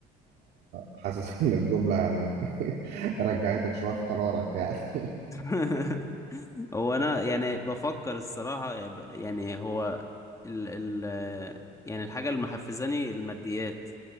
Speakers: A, on the right; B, on the left.
A: حاسس <laughs> إن الجملة يعني <laughs> رجعتك شوية في قرارك يعني <laughs>
B: <laughs> هو انا يعني بفكر الصراحة يعني يعني هو ال ال يعني الحاجة اللي محفزاني الماديات